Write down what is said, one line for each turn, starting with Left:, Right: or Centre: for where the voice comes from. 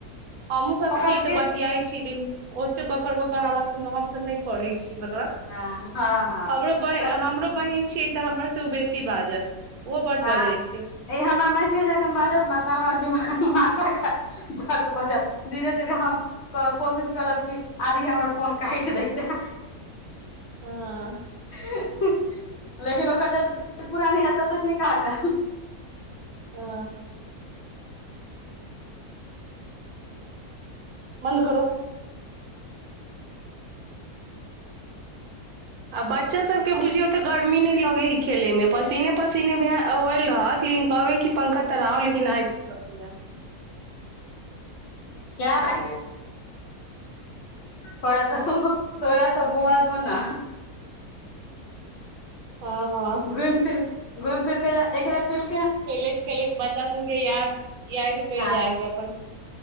Right: हमहुँ सब
Left: ओकर
Right: छी तऽ
Left: किछु
Right: बतियाइ छी ओते बकर बकर हमरा सभ हमसभ नहि करै छी मतलब
Left: हँ हँ हँ
Right: हमरो बहीं
Left: तऽ
Right: हमरो बहिन छी तऽ हमर से उ बेसी बाजत ओहो बड
Left: हँ
Right: बजै छै
Left: ई हमर म जखन बाजत ने तहन हमर दिमाग़ माथा खराब दर्द भ जेत धीरे धीरे हम क कोशिश करब कि आबी हमर फोन काटि दैता
Right: हँ
Left: <unintelligible> लेकिन ओकर जब तक पूरा नहि होयत तब तक नहि काटत
Right: ह <unintelligible> मन करो आ बच्चा सभके बुझियौ तऽ गर्मी नहि लगैहे खेलयमे पसीने पसीने भे होइल रहत लेकिन कहबै कि पंखा तऽर आओ लेकिन आएब नहीं सकै या
Left: <inaudible> क्या रै थोड़ा सा थोड़ा सा बुआ दो न
Right: हं हं
Left: घुमि फिर घुमि फिर क ये एकरे तिल
Right: खेलैत खेलैत बच्चा सबके याद याद पड़ि
Left: हँ
Right: जाइ है अपन